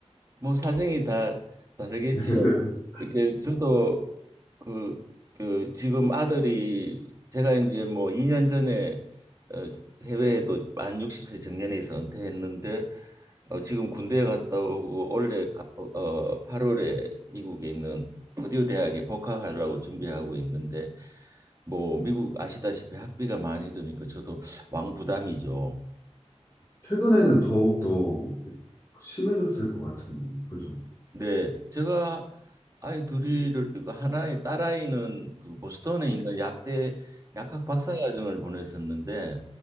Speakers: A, on the right; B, on the left.
A: 뭐 사정이 다 다르겠지요.
B: <laughs>
A: 이게 저도 그, 그 지금 아들이 제가 이제 뭐 2년 전에 어, 해외에도 만 60세 정년에서 은퇴했는데 어, 지금 군대에 갔다 오고 올해 가- 어, 8월에 미국에 있는 버디우 대학에 복학하려고 준비하고 있는데 뭐 미국 아시다시피 학비가 많이 드니까 저도 왕부담이죠.
B: 최근에는 더욱더 심해졌을 것 같은데, 그죠?
A: 네, 제가 아이 둘이를 그 하나의 딸아이는 그 보스턴에 있는 약대 약학 박사과정을 보냈었는데